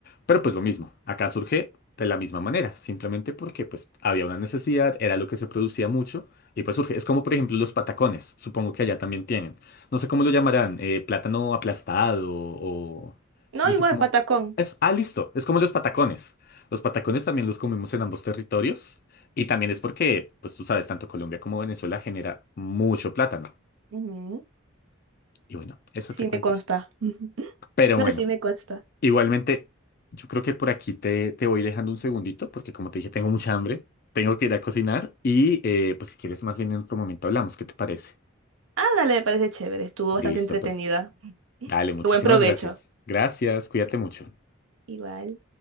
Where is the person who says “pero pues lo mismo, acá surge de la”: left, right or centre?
Left